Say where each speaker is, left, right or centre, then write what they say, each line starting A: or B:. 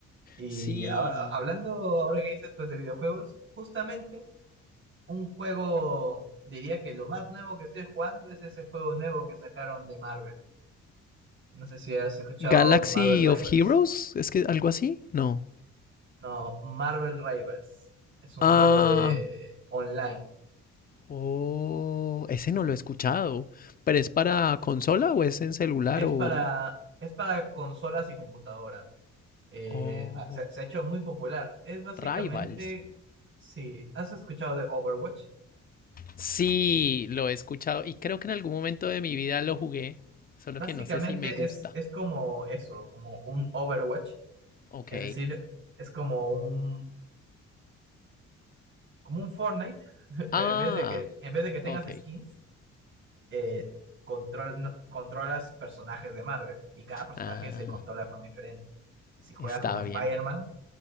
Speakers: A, on the right; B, on the left.
A: Y
B: Sí.
A: ahora, hablando ahora que dices pues de videojuegos, justamente un juego, diría que lo más nuevo que estoy jugando es ese juego nuevo que sacaron de Marvel. No sé si has escuchado
B: Galaxy
A: Marvel Rivals.
B: of Heroes, es que algo así, no.
A: No, Marvel Rivals. Es un
B: Ah,
A: juego de eh, online.
B: oh, ese no lo he escuchado, pero es para consola o es en celular
A: Es
B: o...
A: para, es para consolas y computadora. Eh,
B: Oh,
A: ah, se, se ha hecho muy popular. Es básicamente,
B: Rivals.
A: si has escuchado de Overwatch,
B: Sí, lo he escuchado y creo que en algún momento de mi vida lo jugué, solo
A: básicamente
B: que no sé si me gusta.
A: es, es como eso, como un Overwatch.
B: Ok.
A: Es decir, es como un, como un Fortnite, <laughs>
B: Ah,
A: pero en vez de que, en vez de que tengas
B: ok.
A: skins, eh, control, no- controlas personajes de Marvel y cada personaje
B: Ah,
A: se controla de forma diferente. Si juegas
B: está
A: como Spider-Man,
B: bien.